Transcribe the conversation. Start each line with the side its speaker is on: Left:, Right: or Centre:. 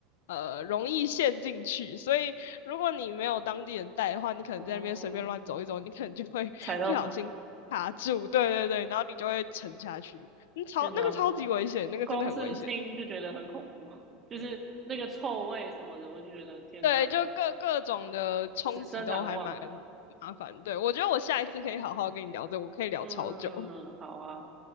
Left: 呃容易陷进去，所以如果你没有当地人带的话，你可能在那边随便乱走一走，
Right: 哦，
Left: 你可能就会不小心卡住，
Right: 踩到
Left: 对对对，然后你就会沉下去。嗯超那个超级危险，
Right: 天哪，
Left: 那个真的很危险。
Right: 光是听就觉得很恐怖，就是那个臭味什么的，我就觉得天哪，
Left: 对，就各各种的冲击都还蛮
Right: 此生难忘。
Left: 麻烦。对，我觉得我下一次可以好好跟你聊这个我可以聊超久。
Right: 嗯，好啊，